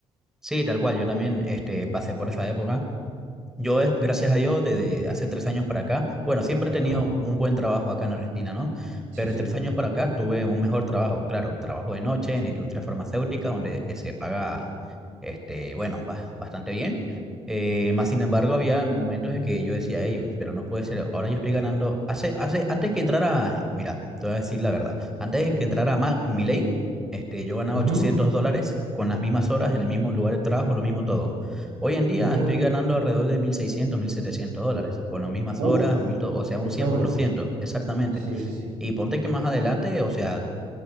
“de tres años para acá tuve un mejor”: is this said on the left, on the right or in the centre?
Centre